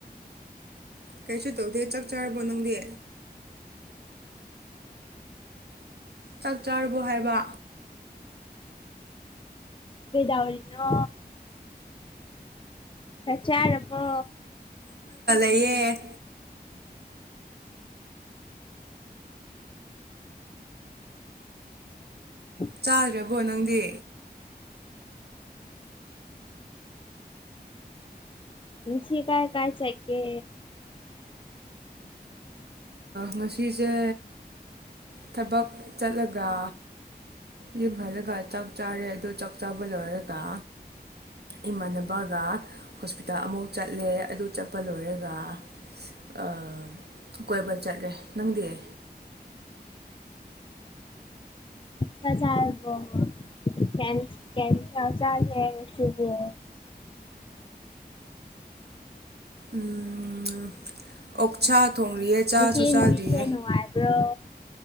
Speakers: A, on the right (about 75°); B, on the left (about 30°).
A: ꯀꯩꯁꯨ ꯇꯧꯗꯦ ꯆꯥꯛ ꯆꯥꯔꯕꯣ ꯅꯪꯗꯦ ꯆꯥꯛ ꯆꯥꯔꯨꯕꯣ ꯍꯥꯏꯕ
B: ꯀꯗꯥꯎꯅ ꯀ ꯆꯔꯕ
A: ꯇꯌꯦ
B: ꯎ
A: ꯆꯥꯗꯔꯕꯣ ꯅꯪꯗꯤ
B: ꯄꯨꯁꯤ ꯀꯥꯏ ꯀꯥꯏ ꯆꯀꯦ
A: ꯉꯁꯤꯁꯦ ꯊꯕꯛ ꯆꯠꯂꯒ ꯏ ꯐꯜꯂꯒ ꯆꯥꯛ ꯆꯥꯔꯦ ꯑꯗꯨ ꯆꯥꯛ ꯆꯥꯕ ꯂꯧꯣꯏꯔꯦꯒ ꯏꯃꯥꯟꯅꯕꯒ ꯍꯣꯁꯄꯤꯇꯥꯜ ꯑꯃꯐꯥꯎ ꯆꯠꯂꯦ ꯑꯗꯨ ꯆꯠꯄ ꯂꯣꯏꯔꯒ ꯑ ꯀꯣꯏꯕꯔ ꯆꯠꯂꯦ ꯅꯪꯗꯤꯌꯦ
B: ꯀꯖꯥꯔꯕꯣ ꯀꯅꯤ ꯀꯅꯤ ꯆꯥꯁꯨꯨꯕ
A: ꯎꯝ ꯑꯣꯛꯁꯥ ꯊꯣꯡꯔꯤꯌꯦ ꯆꯥꯁꯨ
B: ꯉꯁꯤ
A: ꯆꯥꯗ꯭ꯔꯤꯌꯦ
B: ꯅꯨꯃꯤꯠꯁꯦ ꯅꯨꯡꯉꯥꯏꯕ꯭ꯔꯣ